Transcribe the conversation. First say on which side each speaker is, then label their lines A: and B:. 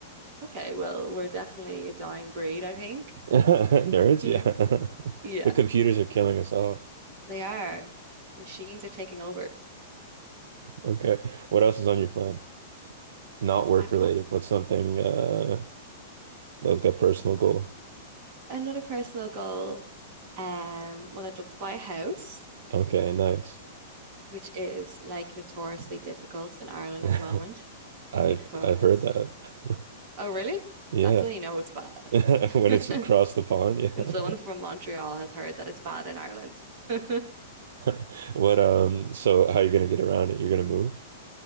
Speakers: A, on the right; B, on the right.
A: Okay, well, we're definitely a dying breed, I think.
B: <laughs> nerds,
A: <laughs>
B: yeah,
A: Yeah,
B: <laughs> the computers are killing us all. <laughs>
A: they are. Machines are taking over.
B: Okay, what else is on your plan? Not work
A: I fl
B: related. What's something uh like a personal goal?
A: Another personal goal, um, well, I'd love to buy a house,
B: Okay, nice.
A: which is like notoriously difficult in Ireland
B: <laughs>
A: at the moment
B: I've
A: because,
B: I've heard that. <laughs>
A: oh, really?
B: Yeah.
A: That's when you know it's bad.
B: <laughs> When
A: <laughs>
B: it's across the pond, yeah.
A: When someone from Montreal has heard that it's bad in Ireland. <laughs>
B: <laughs> What um so how are you gonna get around it? You're gonna move?